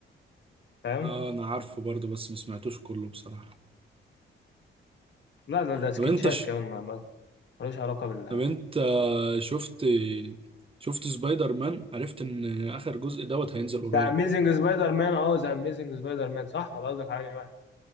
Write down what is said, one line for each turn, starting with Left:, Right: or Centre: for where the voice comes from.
Left: فاهم؟
Right: اه انا عارفه برضو بس ما سمعتوش كله بصراحة
Left: لا ده ده سكتشات
Right: طب انت ش...
Left: كمان ما ما- ملوش علاقة بال
Right: طب انت شفت شفت سبايدر مان عرفت ان اخر جزء دوت هينزل قريب
Left: ده أميزنج سبايدر مان أه ذا أميزنج سبايدر مان صح ولا قصدك على أي واحد؟